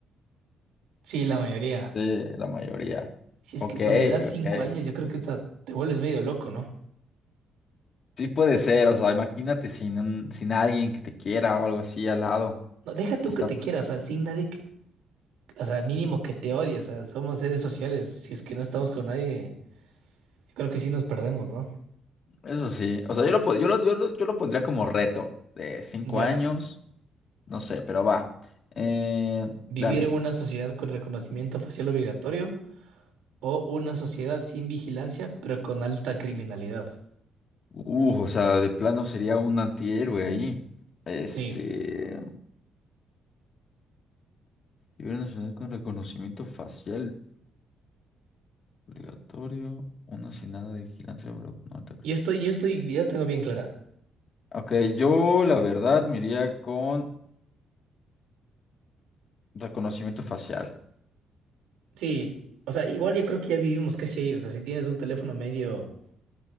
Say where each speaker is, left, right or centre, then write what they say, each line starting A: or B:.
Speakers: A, on the right; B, on the left.
A: sí, la mayoría.
B: Sí, la mayoría.
A: Si es
B: Ok,
A: que soledad cinco
B: ok.
A: años, yo creo que ta- te vuelves medio loco, ¿no?
B: Sí puede ser, o sea, imagínate sin un- sin alguien que te quiera o algo así al lado.
A: No, deja tú
B: Sí está
A: que te quieras, o sea, sin nadie que, o sea, mínimo que te odie, o sea, somos seres sociales, si es que no estamos con nadie, yo creo que sí nos perdemos, ¿no?
B: Eso sí, o sea, yo lo, po- yo lo, yo lo- yo lo pondría como reto de cinco
A: Ya,
B: años, no sé, pero va. Eh,
A: vivir
B: dale.
A: en una sociedad con reconocimiento facial obligatorio o una sociedad sin vigilancia, pero con alta criminalidad.
B: Uh, o sea, de plano sería un antihéroe ahí. Este,
A: Sí,
B: nivel nacional con reconocimiento facial obligatorio, uno sin nada de vigilancia, pero no te creo.
A: yo estoy, yo estoy, ya tengo bien clara.
B: Ok, yo la verdad me iría con reconocimiento facial.
A: Sí, o sea, igual yo creo que ya vivimos casi ahí, o sea, si tienes un teléfono medio